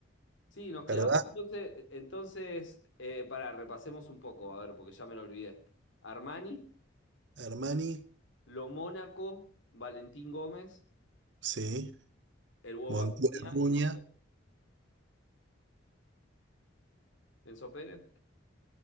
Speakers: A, on the left; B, on the right.
A: Sí, nos quedamos
B: ¿verdad?
A: entonces, entonces eh, pará, repasemos un poco, a ver, porque ya me lo olvidé. Armani,
B: Hermani,
A: Lo Mónaco, Valentín Gómez,
B: sí.
A: El Huevo
B: Montiel
A: Acuña
B: Acuña,
A: y Montiel. Enzo Pérez.